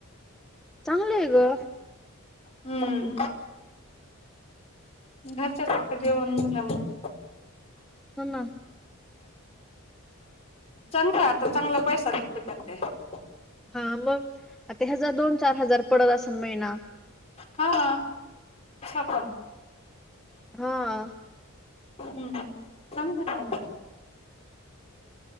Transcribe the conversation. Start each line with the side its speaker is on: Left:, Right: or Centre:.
Centre: चांगले आहे ग
Left: हम्म घरच्या सारखं जेवण म्हनल्यावर मग
Centre: हो ना
Left: चांगला आहे, आता चांगला पैसा ते <inaudible>
Centre: हा मग आता ह्याजा दोन -चार हजार पडत असेल महिना.
Left: हा शपल
Centre: हा
Left: हम्म चांगल चालाय